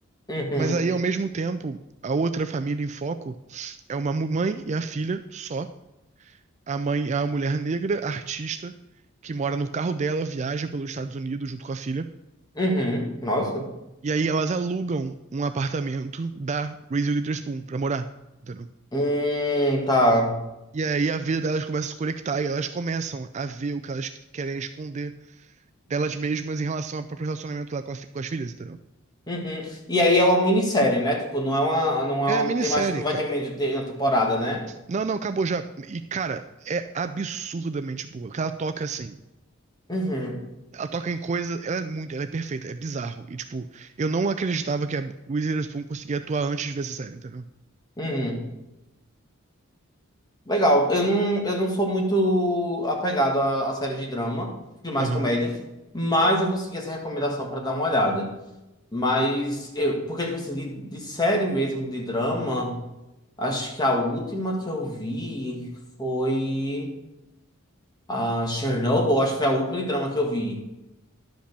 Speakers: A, on the left; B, on the right.
A: Uhum.
B: Mas aí, ao mesmo tempo, a outra família em foco é uma mãe e a filha só. A mãe é uma mulher negra, artista, que mora no carro dela, viaja pelos Estados Unidos junto com a filha.
A: Uhum. Nossa.
B: E aí elas alugam um apartamento da Reese Witherspoon pra morar, entendeu?
A: Hum, tá.
B: E aí a vida delas começa a se conectar e elas começam a ver o que elas querem esconder delas mesmas em relação ao próprio relacionamento lá com, a fi- com as filhas, entendeu?
A: Uhum. E aí é uma minissérie, né? Tipo, não é uma, não é
B: É a
A: uma,
B: minissérie,
A: tem mais, não vai
B: cara.
A: ter meio de de uma temporada, né?
B: Não, não, acabou já. E, cara, é absurdamente boa. Ela toca, assim,
A: Uhum.
B: Ela toca em coisas Ela é muito. Ela é perfeita. É bizarro. E, tipo, eu não acreditava que a Reese Witherspoon conseguia atuar antes de ver essa série, entendeu?
A: Uhum. Legal. Eu não, eu não sou muito apegado a, a séries de drama, de mais
B: Aham.
A: comédia, mas eu vou seguir essa recomendação para dar uma olhada. Mas, eu, porque, tipo assim, de, de série mesmo, de drama, acho que a última que eu vi foi a Chernobyl, acho que foi a última de drama que eu vi.